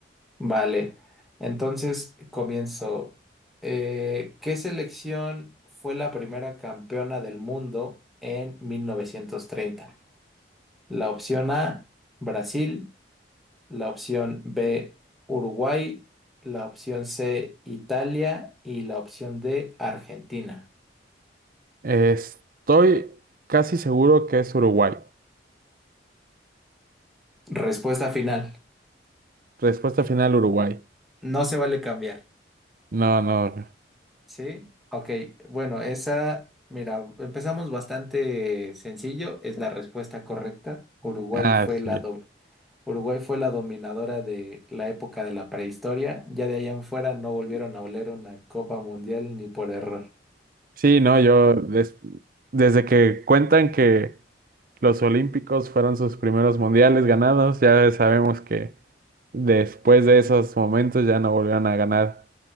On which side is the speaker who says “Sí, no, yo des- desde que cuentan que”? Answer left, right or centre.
Right